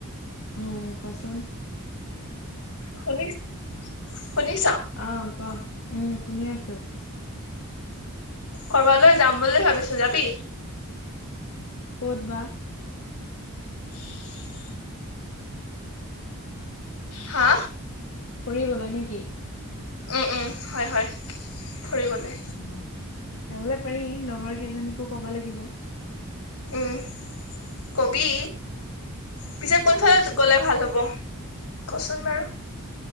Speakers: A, on the left; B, on the left.
A: উম, কোৱাচোন।
B: শুনিছ, শুনিছ।
A: অহ, ক, উম, শুনি আছো।
B: কৰবালৈ যাম বুলি ভাবিছো যাবি।
A: ক'ত বা।
B: হয় <unintelligible> হা,
A: ফুৰিবলৈ নে কি।
B: উম, উম, হয়, হয় ফুৰিবলে
A: উম <unintelligible> যাবলৈ পাৰি। লগৰ কেইজনীকো কব লাগিব।
B: উম, কবি,, পিছে কোনফালত গ'লে ভাল হ'ব কচোন বাৰু।